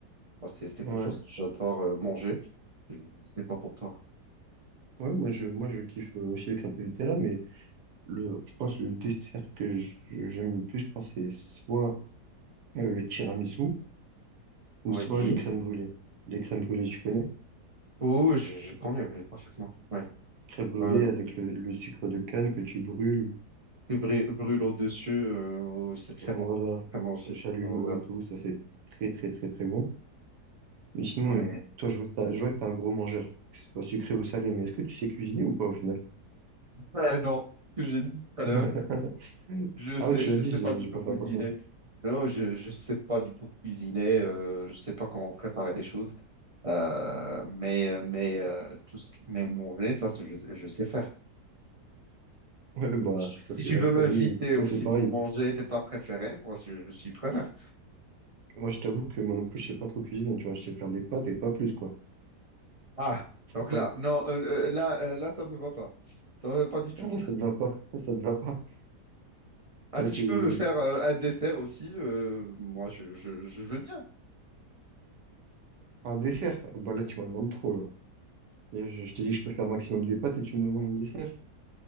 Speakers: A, on the right; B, on the right.
A: Moi, c'est c'est
B: Ouais.
A: quelque chose que j'adore euh, manger. Je sais pas pour toi.
B: Ouais, moi, je, moi, je kiffe euh, aussi les crêpes au Nutella, mais le, je pense que le dessert que je- j'aime le plus, je pense, c'est soit euh, le tiramisu ou
A: Oui.
B: soit les crèmes brûlées. Les crèmes brûlées, tu connais?
A: Oh, je, je connais, oui, parfaitement. Ouais.
B: Crêpes brûlées
A: Ouais, ouais.
B: avec le, le sucre de canne que tu brûles,
A: Le brû- brûle au-dessus, euh, oh, c'est très
B: voilà,
A: bon. Très bon aussi.
B: au chalumeau
A: Bon, j'avoue.
B: et tout, ça, c'est très, très, très, très bon. Mais sinon,
A: mais
B: euh,
A: <laughs>
B: toi, je vois que t'as, je vois que t'es un gros mangeur, que ce soit sucré ou salé, mais est-ce que tu sais cuisiner ou pas au final?
A: Euh, non, ce que j'ai dit tout à l'heure,
B: <laughs>
A: je sais,
B: Ah ouais, tu l'as
A: je
B: dit,
A: sais
B: j'ai
A: pas du
B: j'ai
A: tout
B: pas
A: cuisiner.
B: fait attention.
A: Non, je, je sais pas du tout cuisiner. Euh, je sais pas comment préparer les choses. Euh, mais, euh, mais euh, tout ce qui mais manger, ça, c'est- je, sais- je sais faire.
B: Ouais, bah
A: Si,
B: ça
A: tu si
B: c'est
A: tu
B: après,
A: veux m'inviter
B: oui,
A: aussi
B: moi c'est pareil.
A: pour manger tes plats préférés, moi, je, je suis preneur.
B: Moi je t'avoue que moi non plus je sais pas trop cuisiner, tu vois, je sais faire des pâtes et pas plus quoi.
A: Ah, donc
B: Pas-
A: là, non, euh, euh, là, euh, là, ça me va pas. Ça me va pas du tout.
B: Ah là ça te va pas, <laughs> ça te va pas.
A: Ah,
B: Là
A: si
B: c'est
A: je peux me faire euh, un dessert aussi, euh, moi, je, je, je veux bien.
B: un dessert, bah là tu m'en demandes trop là. Et je, je t'ai dit que je peux faire maximum des pâtes et tu me demandes un dessert.